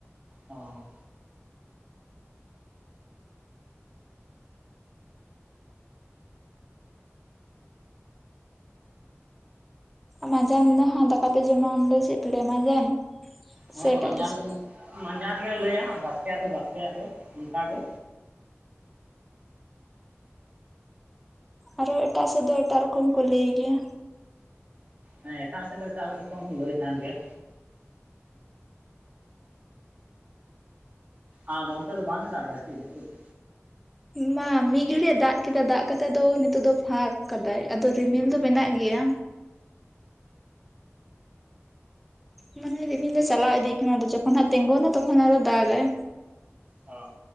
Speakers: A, on the right; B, in the centre.
A: ᱚ
B: ᱢᱟᱡᱟᱱ ᱫᱚ ᱦᱟ ᱫᱟᱠᱟ ᱯᱮ ᱡᱚᱢᱟ, ᱚᱸᱰᱮ ᱪᱮᱫ ᱯᱮ ᱞᱮᱭᱟ ᱢᱟᱡᱟᱱ?
A: ᱦᱮᱸ
B: ᱥᱮ ᱮᱴᱟᱜ
A: ᱢᱟᱸᱡᱟᱱ
B: ᱠᱤᱪᱷᱩ
A: ᱫᱚ ᱢᱟᱸᱡᱟᱱ ᱜᱮᱞᱮ ᱞᱟᱹᱭᱟ ᱵᱟᱥᱠᱮᱭᱟᱜ ᱫᱚ ᱵᱟᱥᱠᱮᱭᱟᱜ ᱜᱮ ᱚᱱᱠᱟᱜ ᱜᱮ᱾
B: ᱟᱨᱚ ᱮᱴᱟᱜ ᱥᱮᱫ ᱫᱚ ᱮᱴᱟᱜ ᱨᱚᱠᱚᱢ ᱠᱚ ᱞᱟᱹᱭ ᱜᱮᱭᱟ᱾
A: ᱦᱮᱸ ᱮᱴᱟᱜ ᱥᱮᱫ ᱫᱚ ᱮᱴᱟᱜ ᱠᱚ ᱠᱚ ᱞᱟᱹᱭ ᱛᱟᱦᱮᱱ ᱜᱮᱭᱟ᱾ ᱟᱨ ᱚᱱᱛᱮ ᱫᱚ ᱵᱟᱝᱼᱮ ᱫᱟᱜ ᱫᱟ ᱪᱤ ᱱᱤᱛᱚᱜ ᱫᱚ?
B: ᱢᱟ ᱢᱤᱫ ᱜᱷᱲᱤᱡ ᱫᱟᱜ ᱠᱮᱫᱟ ᱫᱟᱜ ᱠᱟᱛᱮᱜ ᱟᱫᱚ ᱱᱤᱛᱚᱜ ᱫᱚ ᱯᱷᱟᱸᱠ ᱠᱟᱫᱟᱭ ᱟᱫᱚ ᱨᱤᱢᱤᱞ ᱫᱚ ᱢᱮᱱᱟᱜ ᱜᱮᱭᱟ᱾ ᱢᱟᱱᱮ ᱨᱤᱢᱤᱞ ᱫᱚ ᱪᱟᱞᱟᱣ ᱤᱫᱤᱜ ᱠᱟᱱᱟ ᱡᱚᱠᱷᱚᱱᱟᱜ ᱛᱤᱸᱜᱩᱱᱟ ᱛᱚᱠᱷᱚᱱ ᱟᱨᱚ ᱫᱟᱜᱟᱭ᱾
A: ᱚ